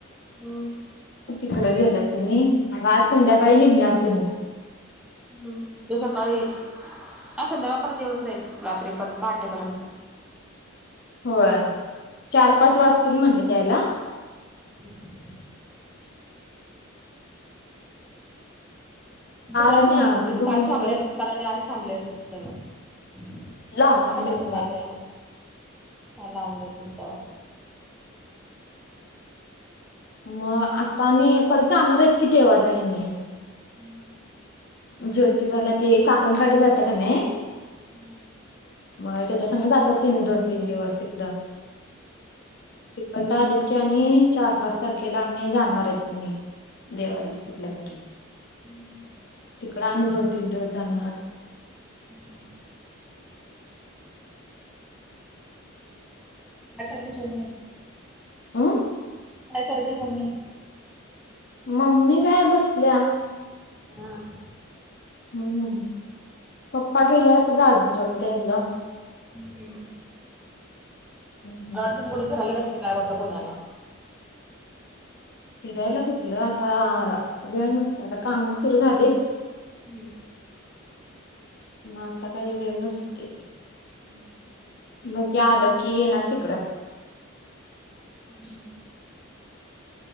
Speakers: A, in the centre; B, on the left (about 55°).
A: हम्
B: तिकड गेलात तुम्ही, मग आज संध्याकाळी निघणार तुम्ही.
A: हम् सकाळी ह संध्याळपर्यंत येऊन जाईल रात्रीपर्यंत पहाटेपर्यंत.
B: होय, चार पाच वाजतील म्हटलेत यायला.
A: हम्म <inaudible> तु काल
B: आणि
A: तिकडं
B: आज
A: यायची हुतीस,,
B: दोन
A: काल
B: दिवस
A: थांबले असतीस काल आणि आज थांबले असतीस तीथं मग. काय
B: लावून देत
A: झालतं
B: नाहीत.
A: काल यायला,, काय लाऊन देत नाहीत तवा.
B: मग आता आणी, परत जाणार आहेत कि देवाला ह्यनी.
A: <inaudible>
B: ज्योतिबाला ते सासन काटी जात्या क नाई
A: प <inaudible>
B: मग त्याच्या सांग जात्यात तनी दोन तीन दिवस तिकडं,, तिकंड आलीत.. की आणि चार पाच तारखेला आणि, जाणार आहेत तनी, देवालाच कुठल्या तरी.
A: <inaudible>
B: तिकडं आणि दोन तीन दिवस जाणं असं.
A: हम्म काय करतीस ऊने
B: अं
A: काय करते मम्मी.
B: मम्मी काय बसल्या.
A: हां.
B: हम्म,, पप्पा गेल्यात गाजरग द्यायला.
A: हम्म,
B: हम्म.
A: वाटलं तुम्ही कुठं फिराय गेलाय का काय वाटलं पुण्याला.
B: फिरायला कुठलं, आता वेळ नसतोय आता कामं सुरू झालीत.
A: हम्म.
B: आता काय वेळ नसतूय.
A: हम्म.
B: बगुया आलं की येनार तिकडं.
A: हम्म.